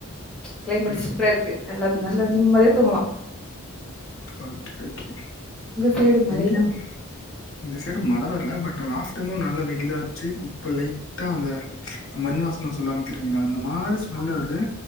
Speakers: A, in the centre; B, on the left.
A: க்ளைமேட்டு
B: ம்ஹும்
A: சூப்பரா இருக்கு நல்லாத் நல்ல நிம்மத்யா தூங்கலா
B: ஓக் ஓகே
A: சைடு மழையா
B: இங்யா இந்த சைடு மழ வ இல்ல பட் ஆப்டனு நல்ல வெகிலா அர்ச்சி இப்ப லைட்டா அந்த மண் வாசன சொல்வாங்கத் தெருங்ளா இந்த மாரி
A: ஆமா
B: ஸ்மெல்
A: ஆமா
B: வர்து